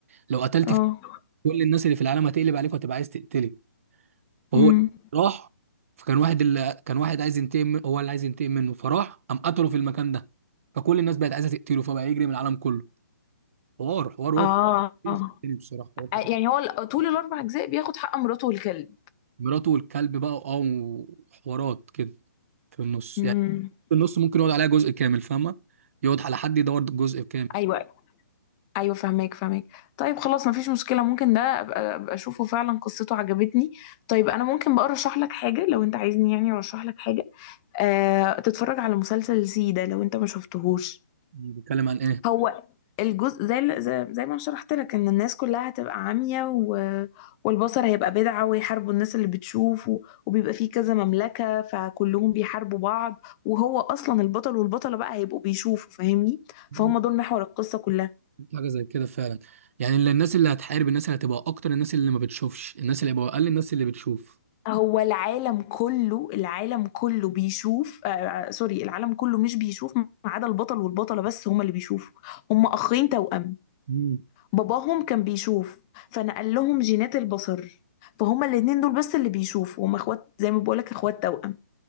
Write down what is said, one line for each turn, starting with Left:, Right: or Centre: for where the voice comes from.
Right: لو قتلت
Left: اه
Right: فيه كل الناس اللي في العالم هتقلب عليك وهتبقى عايز تقتلك هو
Left: امم
Right: راح فكان واحد اللي كان واحد عايز ينتقم من- هو اللي عايز ينتقم منه فراح قام قتله في المكان ده فكل الناس بقت عايزه تقتله فبقى يجري من العالم كله حوار حوار هو
Left: اه آه.
Right: تاني بصراحه حوار كتير.
Left: يعني هو ال- طول الأربع أجزاء بياخد حق مراته والكلب
Right: مراته والكلب بقى اه وحوارات كده في النص
Left: امم
Right: يعني في النص ممكن يقعد عليها جزء كامل فاهمه يقعد على حد يدور جزء كامل
Left: أيوه أيوه فهماك فهماك طيب خلاص مفيش مشكلة ممكن ده أبقى, أبقى أشوفه فعلا قصته عجبتني طيب أنا ممكن بقى أرشح لك حاجة لو أنت عايزني يعني أرشح لك حاجة آه، تتفرج على مسلسل زي ده لو انت ما شفتهوش
Right: بيتكلم عن ايه
Left: هو الجزء زي ال- زي زي ما شرحت لك ان الناس كلها هتبقى عمية و... والبصر هيبقى بدعة ويحاربوا الناس اللي بتشوف و... وبيبقى فيه كذا مملكة فكلهم بيحاربوا بعض وهو اصلا البطل والبطلة بقى هيبقوا بيشوفوا فاهمني
Right: ممكن
Left: فهم دول محور القصة كلها
Right: حاجه زي كده فعلا يعني اللي الناس اللي هتحارب الناس اللي هتبقى اكتر الناس اللي ما بتشوفش الناس اللي هيبقى اقل الناس اللي بتشوف
Left: هو العالم كله العالم كله بيشوف آه آه، سوري العالم كله مش بيشوف ما عدا البطل والبطلة بس هما اللي بيشوفوا هما اخين توأم
Right: مم.
Left: باباهم كان بيشوف فنقل لهم جينات البصر فهما الاتنين دول بس اللي بيشوفوا هما اخوات زي ما بقولك اخوات توأم